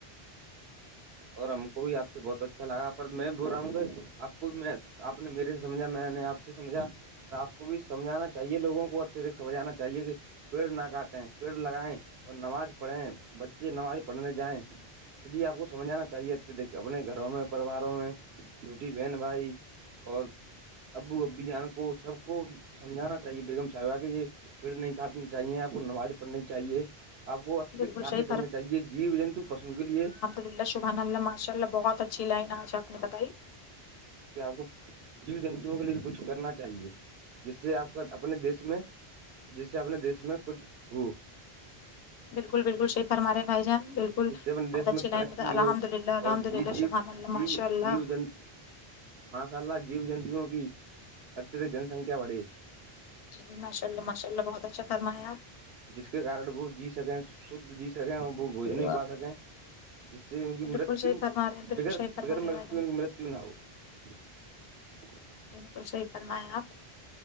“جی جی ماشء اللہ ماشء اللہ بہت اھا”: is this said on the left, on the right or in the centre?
Left